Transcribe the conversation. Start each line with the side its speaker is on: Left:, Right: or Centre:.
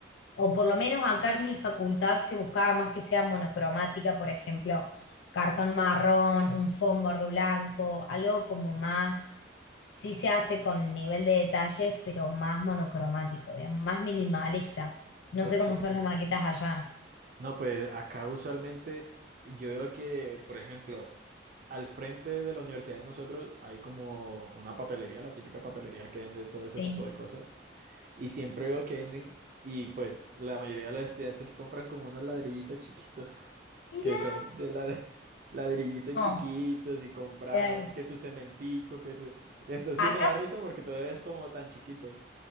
Left: o por lo menos acá en mi facultad se buscaba más que sea monocromática, por ejemplo, cartón marrón, un fondo blanco, algo como más, sí se hace con nivel de detalles, pero más monocromático, digamos, más minimalista.
Right: ok,
Left: No
Right: ok.
Left: sé cómo son las maquetas allá.
Right: No, pues acá usualmente yo veo que, por ejemplo, al frente de la universidad de nosotros hay como una papelería, la típica papelería que vende todo ese
Left: Sí.
Right: tipo de cosas. Y siempre veo que venden, y pues la mayoría de los estudiantes compran como unos ladrillitos chiquitos, <laughs>
Left: Mirá.
Right: que son de la de ladrillitos
Left: No,
Right: chiquitos y compran
Left: claro.
Right: que su cementico, que su... Entonces
Left: Acá,
Right: me da risa porque todo es como tan chiquito.